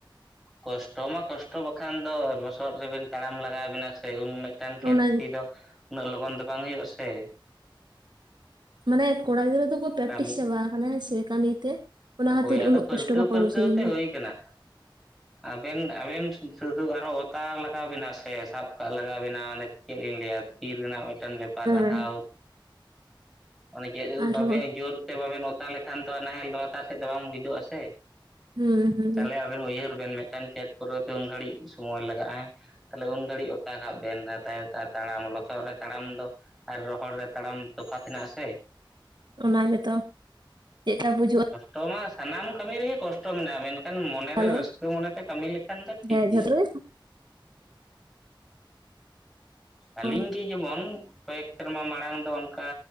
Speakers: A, in the centre; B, on the right.
A: ᱠᱚᱥᱴᱚ ᱢᱟ ᱠᱚᱥᱴᱚ ᱛᱚ ᱵᱟᱠᱷᱟᱱ ᱫᱚ ᱞᱚᱥᱚᱫ ᱨᱮᱵᱮᱱ ᱛᱟᱲᱟᱢ ᱞᱟᱜᱟᱣ ᱟᱵᱮᱱᱟ ᱥᱮ ᱩᱱ ᱢᱤᱫᱴᱟᱝ ᱠᱷᱮᱛ
B: ᱚᱱᱟ
A: ᱥᱤ ᱫᱚ ᱩᱱᱟᱹᱜ ᱞᱚᱜᱚᱱ ᱫᱚ ᱵᱟᱝ ᱦᱩᱭᱩᱜᱼᱟ ᱥᱮ
B: ᱢᱟᱱᱮ ᱠᱚᱲᱟ ᱜᱤᱫᱽᱟᱹ ᱫᱚᱠᱚ ᱯᱮᱠᱴᱤᱥ
A: ᱠᱟᱹᱢᱤ
B: ᱪᱟᱵᱟ ᱠᱟᱱᱟ ᱥᱮ ᱠᱟᱹᱢᱤ ᱛᱮ ᱚᱱᱟ ᱠᱷᱟᱹᱛᱤᱨ
A: ᱦᱳᱭ ᱟᱫᱚ
B: ᱩᱱᱟᱹᱜ
A: ᱯᱟᱹᱨᱠᱟᱹᱣ
B: ᱠᱚᱥᱴᱚ ᱵᱟᱠᱚ
A: ᱯᱟᱹᱨᱠᱟᱹᱣ
B: ᱵᱩᱡᱷᱟᱹᱣ ᱜᱮᱭᱟ
A: ᱛᱮ ᱦᱩᱭ ᱠᱟᱱᱟ ᱟᱵᱮᱱ ᱟᱵᱮᱱ ᱥᱩᱫᱩ ᱟᱨᱚ ᱚᱛᱟ ᱞᱟᱜᱟᱣ ᱟᱵᱮᱱᱟ ᱥᱮ ᱥᱟᱵ ᱠᱟᱜ ᱞᱟᱜᱟᱣ ᱟᱵᱮᱱᱟ ᱢᱟᱱᱮ ᱪᱮᱫ ᱞᱤᱧ ᱞᱟᱹᱭᱟ ᱛᱤᱨ ᱨᱮᱱᱟᱜ ᱢᱤᱫᱴᱟᱝ ᱵᱮᱯᱟᱨ ᱨᱟᱦᱟᱣ
B: ᱦᱮᱸ
A: ᱚᱱᱮ ᱪᱮᱫ
B: ᱟᱨᱦᱚᱸ
A: ᱵᱟᱵᱮᱱ ᱡᱳᱨᱛᱮ ᱵᱟᱵᱮᱱ ᱚᱛᱟ ᱞᱮᱠᱷᱟᱱ ᱛᱚ ᱱᱟᱦᱮᱞ ᱫᱚ ᱞᱟᱛᱟᱨ ᱥᱮᱫ ᱫᱚ ᱵᱟᱝ ᱵᱤᱫᱚᱚᱜᱼᱟ ᱥᱮ
B: ᱦᱩᱸ ᱦᱩᱸ
A: ᱛᱟᱦᱚᱞᱮ ᱩᱭᱦᱟᱹᱨ ᱵᱮᱱ ᱢᱤᱫᱴᱟᱝ ᱠᱷᱮᱛ ᱯᱩᱨᱟᱹᱣ ᱛᱮ ᱩᱱ ᱜᱷᱟᱹᱲᱤᱡ ᱥᱚᱢᱚᱭ ᱞᱟᱜᱟᱜᱼᱟ ᱦᱮᱸ ᱛᱟᱦᱚᱞᱮ ᱩᱱ ᱜᱷᱟᱹᱲᱤᱡ ᱚᱛᱟ ᱠᱟᱜ ᱵᱮᱱ ᱛᱟᱭᱚᱢ ᱛᱟᱲᱟᱢ ᱞᱚᱥᱚᱫ ᱨᱮ ᱛᱟᱲᱟᱢ ᱫᱚ ᱟᱨ ᱨᱚᱦᱚᱲ ᱨᱮ ᱛᱟᱲᱟᱢ ᱛᱚᱯᱷᱟᱛ ᱦᱮᱱᱟᱜ ᱟᱥᱮ
B: ᱚᱱᱟ ᱜᱮᱛᱚ ᱪᱮᱫ ᱠᱟ ᱵᱩᱡᱷᱩᱜᱼᱟ
A: ᱴᱚ ᱢᱟ ᱥᱟᱱᱟᱢ ᱠᱟᱹᱢᱤ ᱨᱮᱜᱮ ᱠᱚᱥᱴᱚ ᱢᱮᱱᱟᱜᱼᱟ ᱢᱮᱱᱠᱷᱟᱱ ᱢᱚᱱᱮᱨᱮ
B: ᱛᱟᱦᱚᱞᱮ
A: ᱨᱟᱹᱥᱠᱟᱹ ᱢᱚᱱᱮᱛᱮ ᱠᱟᱹᱢᱤ ᱞᱮᱠᱷᱟᱱ ᱫᱚ ᱴᱷᱤᱠ
B: ᱦᱮᱸ
A: ᱜᱮᱭᱟ
B: ᱡᱷᱚᱛᱚ ᱦᱩᱸ
A: ᱟᱹᱞᱤᱧ ᱜᱮ ᱡᱮᱢᱚᱱ ᱠᱚᱭᱮᱠ ᱥᱮᱨᱢᱟ ᱢᱟᱲᱟᱝ ᱫᱚ ᱚᱱᱠᱟ